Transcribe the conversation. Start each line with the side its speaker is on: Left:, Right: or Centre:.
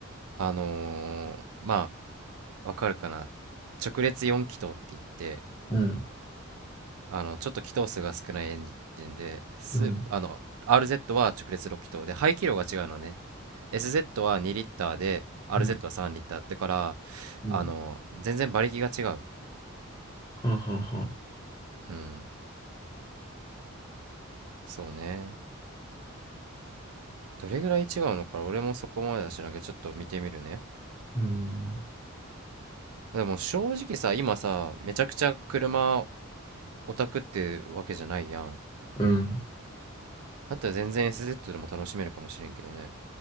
Right: あのーまあ、わかるかな。直列4気筒って言って、
Left: うん、
Right: あの、ちょっと気筒数が少ないエンジンで、スあの、
Left: うん、
Right: RZ は直列6気筒で、排気量が違うのね。SZ は2リッターで、RZ
Left: うん、
Right: は3リッター。だから、
Left: うん、
Right: あの、全然馬力が違う。
Left: はあ、はあ、はあ。
Right: うん。そうね。どれぐらい違うのか俺もそこまでは知らんけど、ちょっと見てみるね。
Left: うん。
Right: でも正直さ、今さ、めちゃくちゃ車オタクってわけじゃないやん。
Left: うん。
Right: だったら全然 SZ でも楽しめるかもしれんけどね。